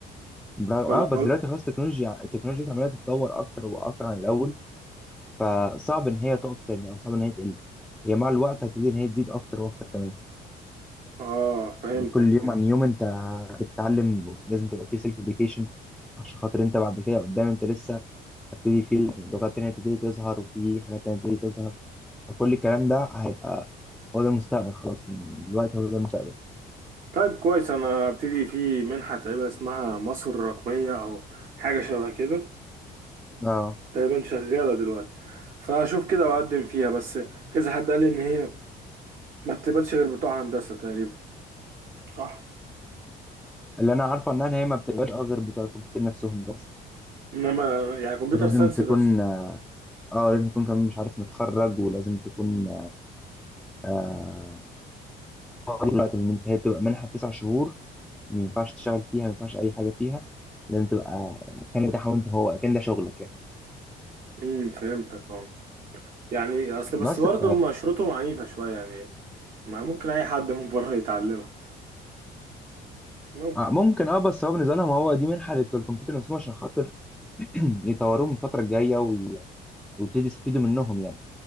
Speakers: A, in the centre; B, on the right (about 50°).
A: برغم-
B: ولا
A: اه بس
B: ولا
A: دلوقتي خلاص التكنولوجيا التكنولوجيا عماله تتطور اكتر واكتر عن الاول فصعب ان هي تقف تاني او صعب ان هي تقل هي مع الوقت هتبتدي ان هي تزيد اكتر واكتر كمان
B: اه فهمتك
A: كل يوم
B: فهمت
A: عن يوم انت بتتعلم لازم تبقى في سيلف اديوكيشن عشان خاطر انت بعد كده قدام انت لسه هتبتدي في لغات تانية تبتدي تظهر وفي حاجات تانية تبتدي تظهر فكل الكلام ده هيبقى هو ده المستقبل خلاص الوقت هو ده المستقبل
B: طيب كويس انا ابتدي في منحه تقريبا اسمها مصر الرقميه او حاجه شبه كده
A: اه
B: تقريبا شغاله دلوقتي فاشوف كده واقدم فيها بس كذا حد قال لي ان هي ما بتقبلش غير بتوع هندسه تقريبا صح
A: اللي انا عارفه انها هي ما بتبقاش اه غير بتوع الكمبيوتر نفسهم بس
B: انما يعني كمبيوتر
A: ولازم
B: ساينس
A: تكون
B: بس
A: اه آه، لازم تكون كمان مش عارف متخرج ولازم تكون آه دي دلوقتي ان انت هي بتبقى منحه تسع شهور ما ينفعش تشتغل فيها ما ينفعش اي حاجه فيها لازم تبقى مكانك بتاعها وانت هو اكن ده شغلك يعني
B: امم فهمتك اه يعني اصل
A: بس
B: بس برضه
A: ف
B: هم شروطهم عنيفة شوية يعني ما ممكن اي حد من بره يتعلمها ممكن
A: آه، ممكن اه بس هو بالنسبه لهم هو دي منحه لبتوع الكمبيوتر نفسهم عشان خاطر <clears throat> يطوروهم الفتره الجايه وي- ويبتدي يستفيدوا منهم يعني